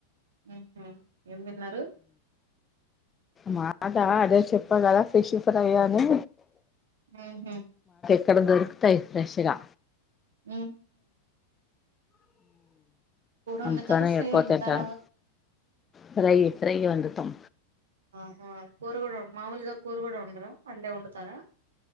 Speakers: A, on the right (about 65°); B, on the left (about 20°).
A: అ ఏం తిన్నారు
B: మాట అదే చెప్ప కదా ఫిష్ ఫ్రై అని
A: ఆహ
B: ఇ కక్కడ దొరుకుతాయి ప్రేషగా
A: ఆ వండుతారా
B: అందుకనే
A: ఫ్రై
B: ఎక్కువ
A: వండుతారా
B: తింటారు ఫ్రై ఫ్రై వండు తం
A: ఆహా కూర కూడా మామూలుగా కూర కూడా ఉండరా అంటే వండుతారా